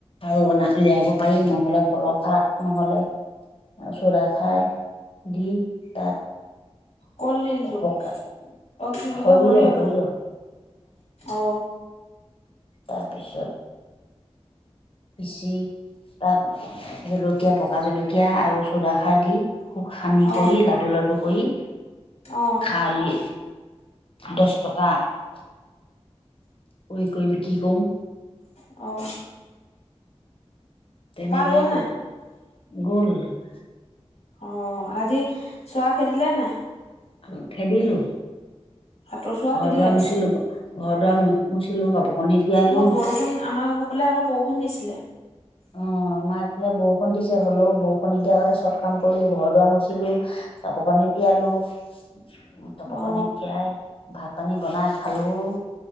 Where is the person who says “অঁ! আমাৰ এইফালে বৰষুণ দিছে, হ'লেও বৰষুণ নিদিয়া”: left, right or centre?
Left